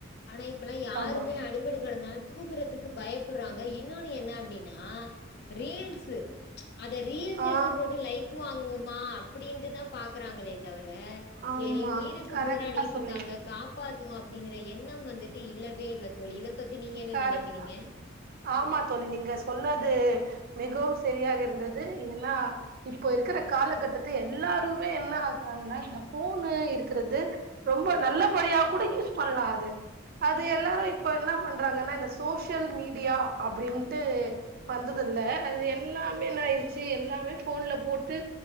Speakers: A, on the left; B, on the right.
A: ஆனா இப் அப்பல்லா யாருமே
B: ஆமா
A: அடிப்பட்டு கடந்தாலு தூக்குறதுக்கு பயப்புற்றாங்க இன்னொன்னு என்ன அப்டின்னா ரீல்ஸ்ஸு அத ரீல்ஸ்
B: ஆ
A: எடுத்து போட்டு லைக் வாங்குவோம் மா ஆ அப்டின்டு தா பாக்ராங்களே தவிர
B: ஆமா
A: சரி உயிருக்கு
B: கரெக்டா
A: போராடிட்டு
B: சொன்னீங்க
A: இருக்காங்க காப்பாத் னு அப்டிங்கிற எண்ணம் வந்துட் இது இல்லவே தோழி இத
B: கரக்ட்
A: நினைக்கிறீங்க?
B: தா ஆமா தோழி நீங்க சொன்னது மிகவு சரியாக இருந்தது ஏன்னா இப்ப இருக்குற காலக்கட்டத்து எல்லாருமே என்ன ஆக்குறாங்கன்னா இந்த ஃபோனு இருக்கறது ரொம்ப நல்லபடியா கூட யூஸ் கொல்லாது அது அது எல்லாரு இப்ப எல்லாம் என்ன பண்றாங்கன்னா இந்த சோஷியல் மீடியா அப்டின்ட்டு வந்துதில்ல அது எல்லாமே ஆய்டுச்சு எல்லாமே ஃபோன்ல போட்டு